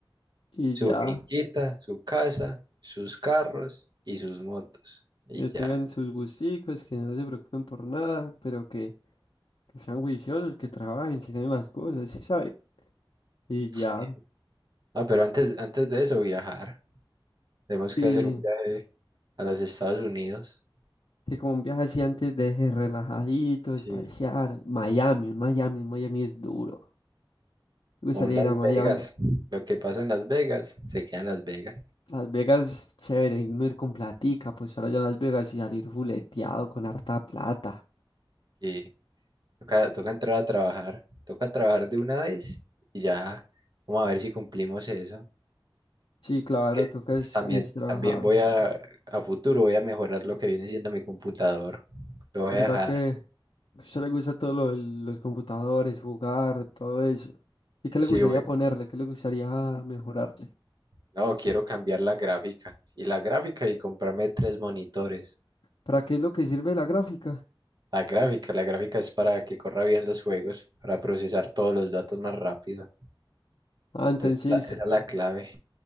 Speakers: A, on the left; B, on the right.
A: Y
B: Su
A: ya,
B: finquita, su casa, sus carros y sus motos. Y
A: que
B: ya.
A: tengan sus gusticos, que no se preocupen por nada, pero que que sean juiciosos, que trabajen, se ganen las cosas, sí sabe. Y ya,
B: Sí. Ah, pero antes, antes de eso, viajar. Tenemos que
A: y
B: hacer un viaje. a los Estados Unidos
A: que como un viaje así antes deje relajadito, espaciar.
B: Sí.
A: Miami, un Miami, un Miami es duro. Me gustaría
B: o un Las
A: ir a Miami.
B: Vegas. Lo que pasa en Las Vegas se queda en Las Vegas
A: Las Vegas, chévere, y uno ir con platica, pues ahora ya Las Vegas y salir fuleteado con harta plata.
B: y toca, toca entrar a trabajar. Toca trabajar de una vez y ya vamos a ver si cumplimos eso.
A: Sí, claro,
B: Que
A: toca es,
B: también,
A: es trabajar.
B: también voy a, a futuro, voy a mejorar lo que viene siendo mi computador. Lo voy
A: ¿Verdad
B: a dejar.
A: que a usted le gusta todo lo de los computadores, jugar, todo eso? ¿Y qué le
B: Sí,
A: gustaría
B: voy-
A: ponerle? ¿Qué le gustaría mejorar?
B: No, quiero cambiar la gráfica. Y la gráfica y comprarme tres monitores.
A: ¿Para qué es lo que sirve la gráfica?
B: La gráfica, la gráfica es para que corra bien los juegos, para procesar todos los datos más rápido.
A: Ah, entonces,
B: Entonces, la- esa es la clave.